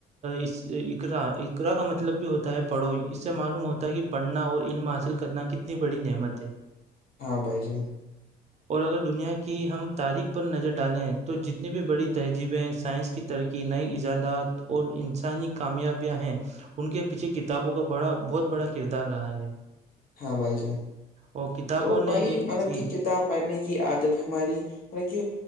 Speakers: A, on the right (about 40°); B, on the left (about 60°).
A: اس اقرا اقرا کا مطلب بھی ہوتا ہے پڑھو اس سے معلوم ہوتا ہے کہ پڑھنا اور علم حاصل کرنا اتنی بڑی نعمت ہے
B: ہاں بھائی جان
A: اور اگر دنیا کی ہم تاریخ پر نظر ڈالیں تو جتنی بھی بڑی تہذیبیں سائنس کی ترقی نئی ایجادات اور ان انسانی کامیابیاں ہیں ان کے پیچھے کتابوں کا بڑا بہت بڑا کردار رہا ہے
B: ہاں بھائی جان
A: اور کتابوں
B: تو
A: نے
B: بھائی
A: ایک
B: مطلب
A: جی
B: کی کتاب پڑنے کی عادت ہماری مطل کہ